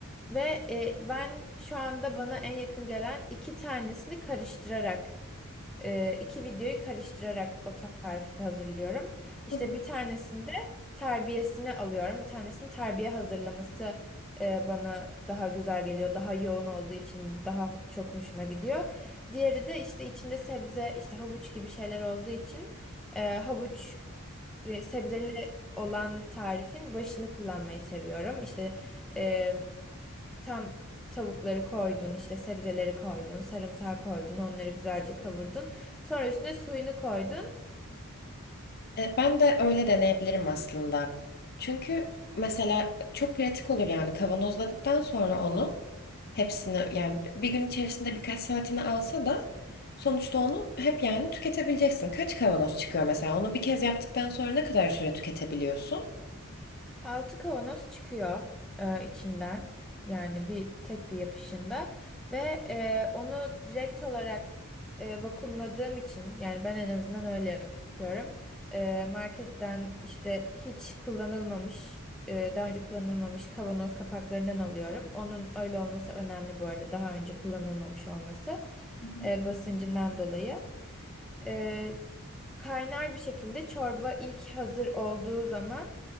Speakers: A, in the centre; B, on the left.
A: Ve e, ben şu anda bana en yakın gelen iki tanesini karıştırarak e, iki videoyu karıştırarak o tarifi hazırlıyorum. İşte
B: Hı hı.
A: bir tanesinde terbiyesini alıyorum. Bir tanesini terbiye hazırlaması e, bana daha güzel geliyor. Daha yoğun olduğu için daha çok hoşuma gidiyor. Diğeri de işte içinde sebze, işte havuç gibi şeyler olduğu için e, havuç e, sebzeli olan tarifin başını kullanmayı seviyorum. İşte e, tam tavukları koydun, işte sebzeleri koydun, sarımsağı koydun, onları güzelce kavurdun. Sonra üstüne suyunu koydun.
B: E, Ben de öyle deneyebilirim aslında. Çünkü mesela çok pratik olur yani kavanozladıktan sonra onu hepsini yani bir gün içerisinde birkaç saatini alsa da sonuçta onu hep yani tüketebileceksin. Kaç kavanoz çıkıyor mesela? Onu bir kez yaptıktan sonra ne kadar süre tüketebiliyorsun?
A: Altı kavanoz çıkıyor e, içinden. Yani bir tek bir yapışında ve e, onu direkt olarak e, vakumladığım için yani ben en azından öyle yapıyorum. E, marketten işte hiç kullanılmamış e, daha önce kullanılmamış kavanoz kapaklarından alıyorum. Onun öyle olması önemli bu arada daha önce kullanılmamış olması
B: Hı
A: e, basıncından dolayı. E, Kaynar bir şekilde çorba ilk hazır olduğu zaman